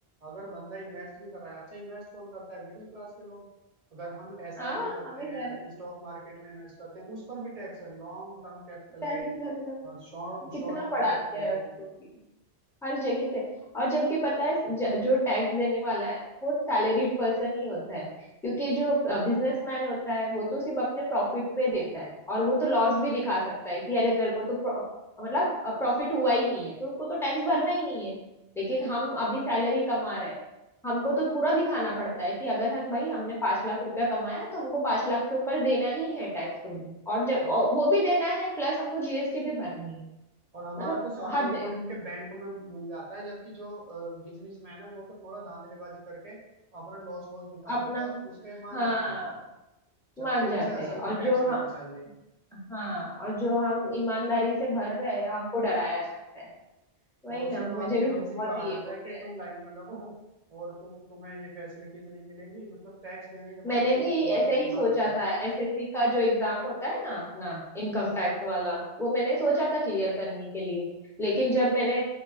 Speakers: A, on the right; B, in the centre.
A: अगर बंदा इन्वेस्ट भी कर रहा है अच्छा इन्वेस्ट कौन करता है मिडिल क्लास के लोग अगर हम एसआईपी
B: हाँ
A: करते
B: हमें
A: हैं
B: घर
A: स्टॉक मार्केट में इन्वेस्ट करते हैं उस पर भी टैक्स है लॉन्ग टर्म कैपिटल
B: टाइल्स
A: गेन
B: लग रहा है,
A: और short
B: कितना
A: short term
B: पढ़ा
A: capital
B: दिया है उसको
A: gain
B: भी हर जगह से और जबकि पता है ज- जो टैक्स देने वाला है ना वो सैलरीड पर्सन ही होता है क्योंकि जो बिजनेसमैन होता है वो तो सिर्फ अपने प्रॉफिट पे देता है और वो तो लॉस भी दिखा सकता है कि अरे मेरे को तो pro- मतलब प्रॉफिट हुआ ही नहीं है तो उसको तो टैक्स भरना ही नहीं है लेकिन हम अभी सैलरी कमा रहे हैं हमको तो पूरा दिखाना पड़ता है कि अगर हम भाई हमने पांच लाख रुपया कमाया तो हमको पांच लाख के ऊपर देना ही है टैक्स तुम्हें और जब
A: हम
B: और वो भी देना है प्लस हमको जीएसटी भी भरनी है
A: और हमारा
B: मतलब
A: तो सारा
B: हद
A: रिकॉर्ड इनके बैंक में मिल जाता है जबकि जो बिजनेसमैन है वो तो थोड़ा धांधलीबाजी करके अपना लॉस वॉस दिखा
B: अपना
A: देता है उस पे मान
B: हाँ
A: जाते हैं जबकि
B: मान
A: उनसे
B: जाते
A: असल
B: हैं और
A: में टैक्स
B: जो
A: लेना
B: हम
A: चाहिए
B: हाँ और जो हम ईमानदारी से भर रहे हैं हमको डराया जाता है वही
A: और उसके
B: ना मुझे
A: बाद भी
B: भी
A: हमसे
B: बहुत
A: ही कहा
B: ये
A: जाता
B: हो
A: है
B: गया
A: कि
B: है
A: तुम लाइन में लगो
B: हम्म,
A: और तुम तुम्हें ये फैसिलिटीज नहीं मिलेंगी मतलब टैक्स देने के
B: मैंने
A: बाद भी
B: भी ऐसे
A: ये बुरी
B: ही सोचा
A: हालत है
B: था एसएससी का जो एग्जाम होता है ना अपना इनकम टैक्स वाला वो मैंने सोचा था क्लियर करने के लिए लेकिन जब मैंने